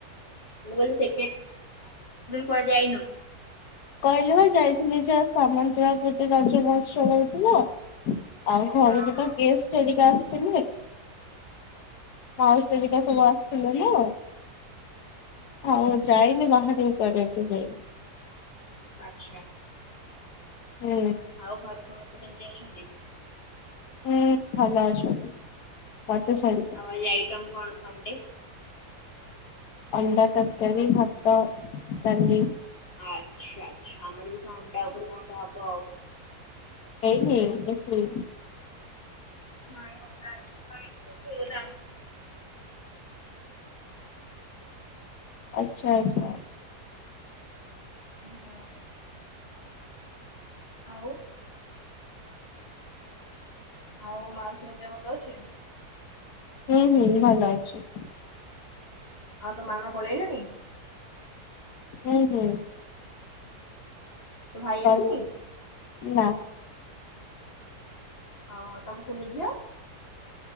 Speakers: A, on the left (about 35°); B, on the left (about 75°).
A: ମୁଁ କହିଲି ସେ କୁ ଯାଇନୁ
B: କହିଲି ହ ଯାଇଥିଲି ଯ ସାମାନ କିବା ପଟେ ରଜମଷ୍ଟ କରଥିଲ ଆଉ ଘରେ
A: ହଁ
B: କେଟ
A: ହଁ
B: ଗେଷ୍ଟ ଏଦ ଆସଛି ମାଉସ ା ସବୁ ଆସିଥିଲେ ନା ଆଉ ଯାଇନି ବାହାର ଉପଠୁ ଯାଇନି
A: ଆଛା
B: ହୁଁ
A: ଆଉ ଘରେ ସମସ୍ତେ କେମିତି ଅଛନ୍ତି
B: ହୁଁ ଭଲ ଆସ ମତେ ଶାର
A: ଆଉ ଆଜି ଆଇଟମ୍ କଣ ସଣ୍ଡେ
B: ଅଣ୍ଡ ତରକାରରି ହାତ ତାଲି
A: ଆଚ୍ଛା ଆଚ୍ଛା ଆମର ଏ ବି ଅଣ୍ଡା ଉପରେ କଣ କ ହବ ଆଉ
B: ଏଇ ବେଶ
A: ନା ଓଉ ରରେ ର
B: ଆଚ୍ଛା ଆଚ୍ଛା
A: ହଁ ଆଉ ଆଉ ମାଉସୀ ମଧ୍ୟ ଭଲ ଅଛି
B: ହୁଁ ହୁଁ ଭଲ ଅଛି
A: ଆଉ ତ ମାମା ପଳେଇଲେଣି
B: ହୁଁ ହୁଁ
A: ତୋ ଭାଇ
B: କ
A: ଆସିନି?
B: ନା
A: ହଁ ତମ ଶୁନିଯିଅ